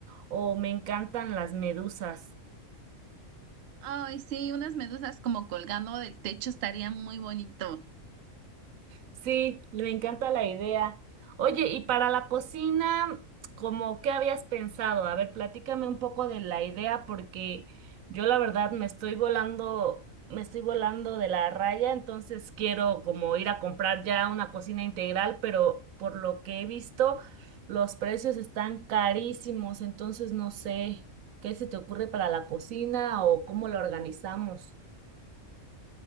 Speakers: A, on the right; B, on the right.
A: o me encantan las medusas.
B: Ay, sí, unas medusas como colgando del techo estaría muy bonito.
A: Sí, me encanta la idea. Oye, y para la cocina, ¿cómo qué habías pensado? A ver, platícame un poco de la idea porque yo la verdad me estoy volando, me estoy volando de la raya, entonces quiero como ir a comprar ya una cocina integral, pero por lo que he visto, los precios están carísimos, entonces no sé qué se te ocurre para la cocina o cómo la organizamos.